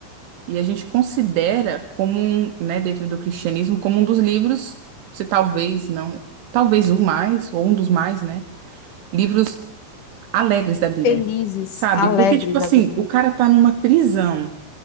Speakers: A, on the right; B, on the left.
A: E a gente considera como, um, né, dentro do cristianismo, como um dos livros, se talvez não, talvez o mais, ou um dos mais, né, livros alegres da Bíblia.
B: felizes,
A: Sabe?
B: alegres
A: Porque, tipo assim,
B: da vida.
A: o cara tá numa prisão